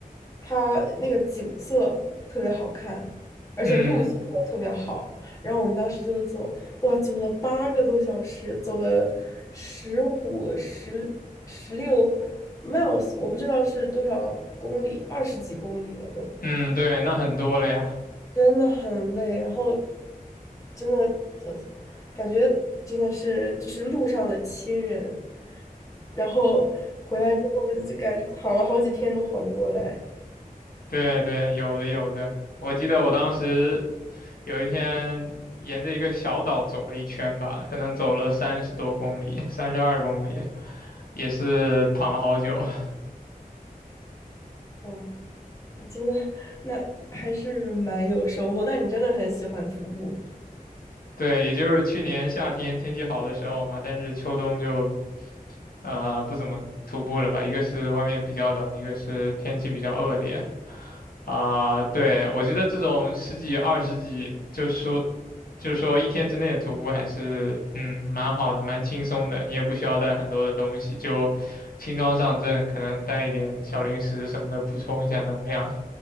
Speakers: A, on the left (about 20°); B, on the left (about 75°).
A: 它那个景色特别好看，而且路线也特别好。
B: 嗯
A: 然后我们当时就走，哇，走了八个多小时，走了十五、十十六 miles，我不知道是多少公里，二十几公里了都，
B: 嗯，对，那很多了呀。
A: 真的很累。然后真的，呃，感觉真的是就是路上的亲人。然后回来之后就感躺了好几天都缓不过来，
B: 对对，有的有的。我记得我当时有一天沿着一个小岛走了一圈吧，可能走了三十多公里，三十二公里。也是躺了好久。<laughs>
A: 哇，真的，那还是蛮有收获。那你真的很喜欢徒步。
B: 对，也就是去年夏天天气好的时候嘛，但是秋冬就呃不怎么徒步了吧，一个是外面比较冷，一个是天气比较恶劣啊。对，我觉得这种十几二十几，就是说就是说一天之内的徒步还是嗯蛮好的，蛮轻松的，你也不需要带很多的东西，就轻装上阵，可能带一点小零食什么的补充一下能量。